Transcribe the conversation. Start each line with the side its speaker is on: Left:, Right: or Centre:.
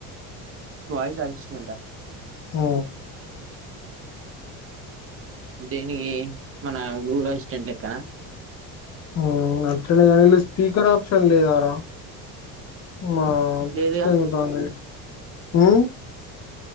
Right: వై కన్ సుంటా
Left: ఆ
Right: దేనిగి మన ఊరు అస్స్టెంట్లక
Left: ఓ ఆక్చువల్లీ దానిలో స్పీకర్ ఆప్షన్ లేదార మా
Right: లేదుగా
Left: తెంగ తండవి హ్మ్